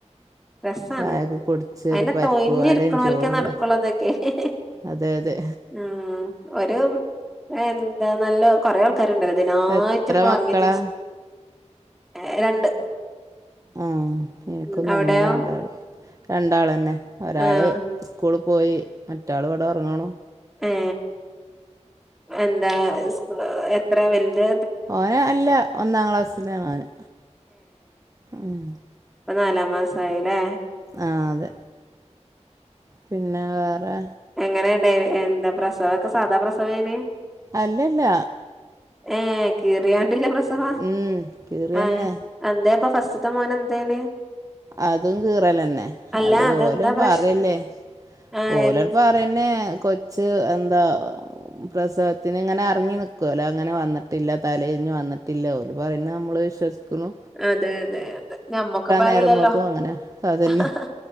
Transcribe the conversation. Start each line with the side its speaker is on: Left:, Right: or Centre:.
Centre: രസാണ്
Right: ചായയൊക്കെ കുടിച്ച്
Centre: അയിനെ
Right: ഒരു പരിപ്പുവടയും
Centre: തൊയിഞ്ഞിരിക്കണോൽക്കെ
Right: ചൂടുള്ള
Centre: നടക്കുള്ളൂ അതൊക്കെ
Right: അതെ അതെ
Centre: ഉം ഒരു എന്താ നല്ല കൊറെ ആൾക്കാരുണ്ടല്ലോഇതിനായിട്ട്
Right: എത്ര
Centre: ഇപ്പ
Right: മക്കളാ
Centre: ഇറങ്ങി തിരിച്ച് ഏ രണ്ട്
Right: ആ എനിക്കും
Centre: ഉം അവിടെയോ
Right: തന്നെ രങ്ങള്ളൂ രണ്ടാൾ തന്നെ. ഒരാള്
Centre: ആഹ്
Right: സ്കൂളിൽ പോയി മറ്റാൾ ഇവിടെ ഉറങ്ങണു
Centre: ആ എന്താ എത്ര വലത്
Right: ഓന അല്ല ഒന്നാം ക്ലാസ്സിലാണ് ഓന് ഉം
Centre: ഇപ്പ നാലാം മാസയില്ലേ
Right: ആ അതെ പിന്നെ വേറെ
Centre: എങ്ങനെയ ഉണ്ടായ എന്താ പ്രസവൊക്കെ സാദാ പ്രസവേനെയ
Right: അല്ലല്ല
Centre: ഏ കീറിയാണ്ടില്ല പ്രസവ
Right: ഉം കീറിയന്നെ
Centre: ആഹ എന്താ ഇപ്പൊ ഫസ്റ്റ്ത്തെ മോന എന്തേന
Right: അതും കീറലന്നെ
Centre: അല്ല
Right: അത്പോലെ
Centre: അതെന്താ പ്രശ്നം
Right: പറല്ലേ
Centre: ആഹ്
Right: ഓലപ്പറന്നെ
Centre: എൻ
Right: കൊച്ച് എന്താ പ്രസവത്തിന് ഇങ്ങനെ അറങ്ങി നി <unintelligible> അങ്ങനെ വന്നിട്ടില്ല തല തിരിഞ്ഞ് വന്നിട്ടില്ല ഓല പറയുന്നത് നമ്മൾ വിശ്വസിക്കുന്നു
Centre: അതെ അതെ അതെ ഞമ്മക്ക് അറിയിലല്ലോ
Right: നേരം വെക്കും അങ്ങനെ അതന്നെ
Centre: ഹ ഹ